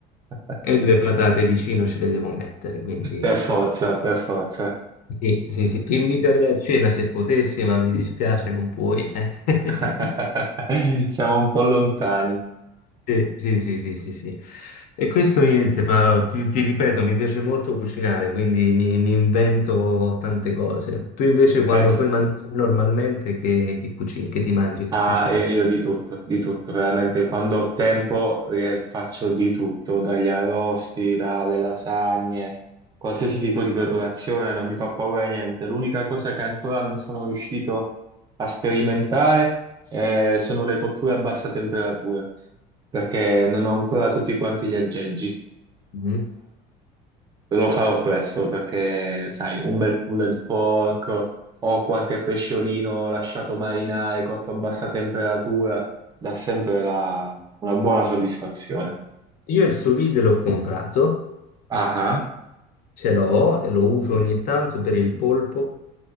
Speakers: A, on the right; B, on the left.
A: <laughs>
B: e due patate vicino ce le devo mettere, quindi
A: Per forza, per forza.
B: sì, sì, sì, ti inviterei a cena se potessi, ma mi dispiace non puoi. eh.
A: <laughs> Siamo un po' lontani.
B: Sì, sì, sì, sì, sì, sì. E questo niente, ma ti, ti ripeto, mi piace molto cucinare, quindi mi, mi invento tante cose. Tu invece quando
A: Eh,
B: puoi mangiare normalmente che, che cucini, che ti mangi, che
A: Ah,
B: cucini?
A: eh, io di tutto, di tutto, veramente quando ho tempo eh, faccio di tutto, dagli arrosti, dalle lasagne, qualsiasi tipo di preparazione, non mi fa paura niente. L'unica cosa che ancora non sono riuscito a sperimentare eh, sono le cotture a bassa temperatura, perché non ho ancora tutti quanti gli aggeggi,
B: Mhm.
A: Devo farlo presto perché, sai, un bel pulled pork o qualche pesciolino lasciato marinare cotto a bassa temperatura dà sempre la- una buona soddisfazione.
B: Io il sous vide l'ho comprato
A: Ah, ah,
B: Ce l'ho e lo uso ogni tanto per il polpo,